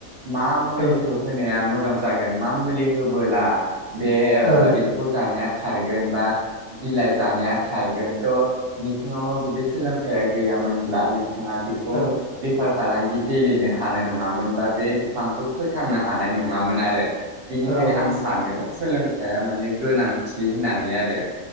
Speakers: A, on the right; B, on the left.
A: मा मुलिखौ
B: औ
A: होनाया मो मोजां जागोन मा मुलि होबोला बे
B: औ
A: एम्फौ जानाया खारगोन बा बिलाइ जानाया खारगोन । थ' नोंथांनाव जुदि सोलोंथाइ गैयामोनब्ला नों थाङा बेखौ
B: औ
A: बेफार फालांगि गेलेनो हानाय नङामोन बा बे बिफांखौ फोथांनो हानाय नङामोन आरो बेनिखायनो
B: औ
A: आं
B: नंगौ
A: सानो सोलोंथाइ हाया माने गोनां थि होननानै आरो